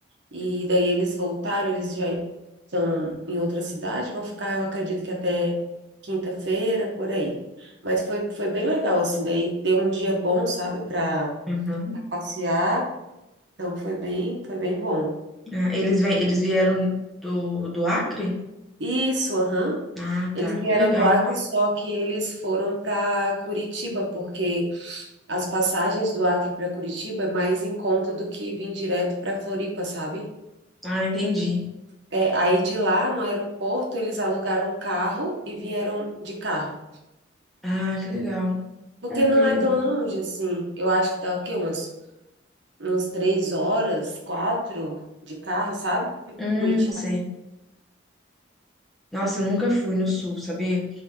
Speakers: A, on the right (about 65°); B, in the centre.
A: E daí eles voltaram, eles já estão em outra cidade, vão ficar, eu acredito que até quinta-feira, por aí. Mas foi, foi bem legal, assim, daí deu um dia bom, sabe, para
B: Uhum.
A: passear. Então foi bem, foi bem bom.
B: Ah, eles, vêm- eles vieram do, do Acre?
A: Isso, aham.
B: Ah, tá.
A: Eles vieram
B: Que legal.
A: do Acre, só que eles foram para Curitiba, porque as passagens do Acre para Curitiba é mais em conta do que vir direto para Floripa, sabe?
B: Ah, entendi.
A: É, aí de lá, no aeroporto, eles alugaram um carro e vieram de carro.
B: Ah, que legal.
A: Porque
B: Ah,
A: não
B: que legal.
A: é tão longe assim. Eu acho que dá o quê? Uns, uns três horas, quatro de carro, sabe?
B: Hum,
A: Curitiba.
B: sei. Nossa, eu nunca fui no sul, sabia?